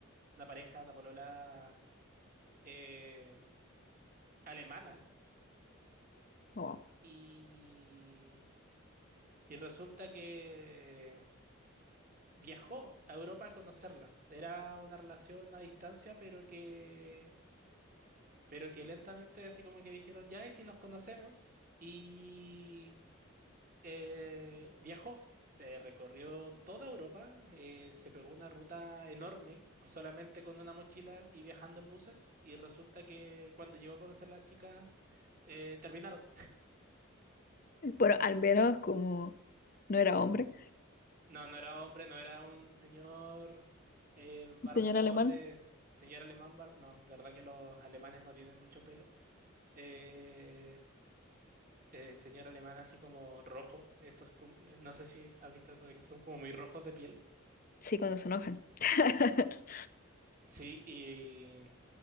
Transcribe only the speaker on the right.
una pareja, una polola eh, alemana.
Y, y resulta que viajó a Europa a conocerla. Era una relación a distancia, pero que, pero que lentamente así como que dijeron, ya, ¿y si nos conocemos? Y eh, viajó, se recorrió toda Europa, eh, se pegó una ruta enorme, co- solamente con una mochila y viajando en buses, y resulta que cuando llegó a conocer a la chica, eh, terminaron.
No, no era hombre, no era un señor eh,
barbón
de... Señor alemán, bar- no, verdad que los alemanes no tienen mucho pelo. Eh, eh, señor alemán así como rojo. Estos, como- no sé si has visto eso de que son como muy rojos de piel.
Sí, y,